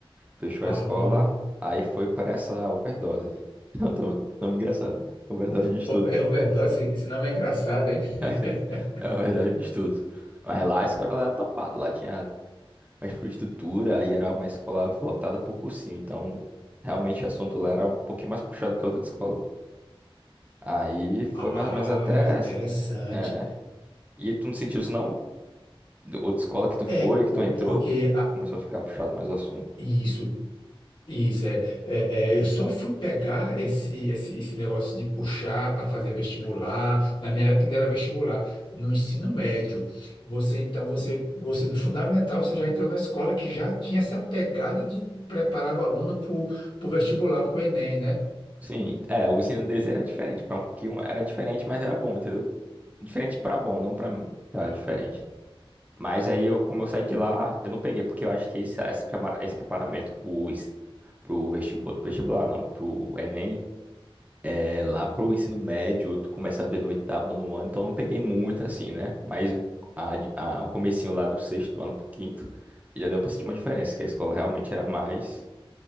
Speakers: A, on the right; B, on the left.
A: fechou
B: Ah,
A: a escola, aí foi pra essa overdose. <laughs> Não, tô, tô me engraçando. Overdose
B: o-
A: de estudo.
B: o- é overdose, esse nome é engraçado, hein?
A: <laughs>
B: <laughs>
A: É overdose de estudo. Mas lá a escola era topada, lá tinha uma infraestrutura e era uma escola voltada pro cursinho, então realmente o assunto lá era um pouquinho mais puxado que a outra escola. Aí foi
B: Ah,
A: mais ou menos até...
B: interessante.
A: É. E tu não sentiu isso não? Outra escola que tu foi,
B: É,
A: que
B: o,
A: tu entrou,
B: porque
A: que
B: a-
A: começou a ficar puxado mais o assunto.
B: isso. Isso, é, é- é, eu só fui pegar esse, esse, esse negócio de puxar para fazer vestibular, na minha época ainda era vestibular, no ensino médio. Você, então, você, você no fundamental, você já entrou na escola que já tinha essa pegada de preparar o aluno para o vestibular, para o Enem, né?
A: Sim, é, o ensino deles era diferente, foi um pouquinho, era diferente, mas era bom, entendeu? Diferente pra bom, não pra, pra
B: Ah.
A: diferente. Mas aí eu, como eu saí de lá, eu não peguei, porque eu acho que esse, esse, prepara- esse preparamento pro, ens- pro vestibular, vestibular não, pro Enem É, lá pro ensino médio, tu começa a ver no oitavo, nono ano, então não peguei muito assim, né? Mas a, de- a- o comecinho lá do sexto ano pro quinto, já deu pra sentir uma diferença, que a escola realmente era mais.